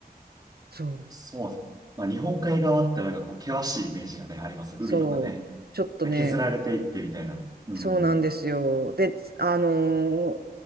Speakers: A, on the right (about 70°); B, on the right (about 25°).
A: そう。
B: そうなんです。まあ、日本海側ってなんかこう、険しいイメージがね、あります。海とかね。
A: そう。ちょっとね、
B: 削られていってみたいな。うん。
A: そうなんですよ。で、あの